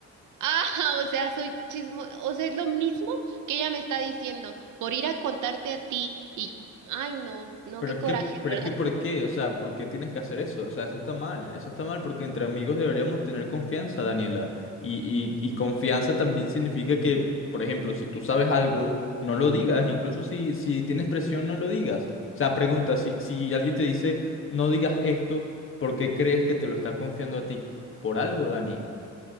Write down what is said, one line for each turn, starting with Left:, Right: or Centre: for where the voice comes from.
Right: Ah, <laughs> o sea, soy chismo, o sea, es lo mismo que ella me está diciendo, por ir a contarte a ti y, ay, no, no,
Left: Pero
Right: qué
Left: es
Right: coraje,
Left: que, pero
Right: de
Left: es
Right: verdad.
Left: que ¿por qué? O sea, ¿por qué tienes que hacer eso? O sea, eso está mal. Eso está mal porque entre amigos deberíamos tener confianza, Daniela. Y, y, y confianza también significa que, por ejemplo, si tú sabes algo, no lo digas. Incluso si, si tienes presión, no lo digas. O sea, pregunta, si, si alguien te dice, no digas esto, ¿por qué crees que te lo está confiando a ti? Por algo, Dani.